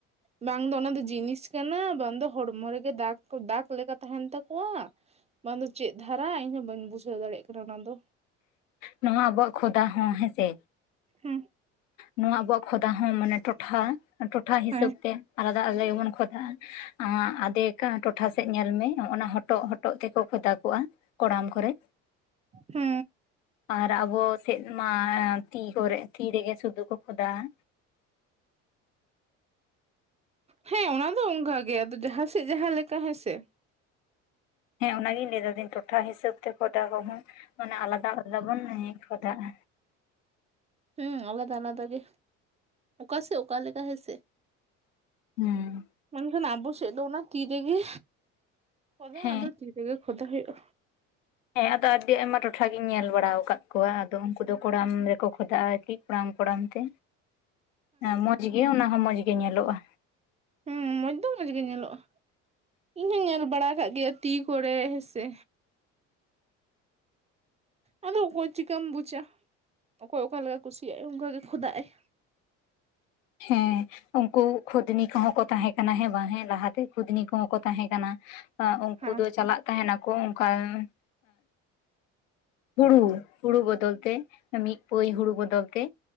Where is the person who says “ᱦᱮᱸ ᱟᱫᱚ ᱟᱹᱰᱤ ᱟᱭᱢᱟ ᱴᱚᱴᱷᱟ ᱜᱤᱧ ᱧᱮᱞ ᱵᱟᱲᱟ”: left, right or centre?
Left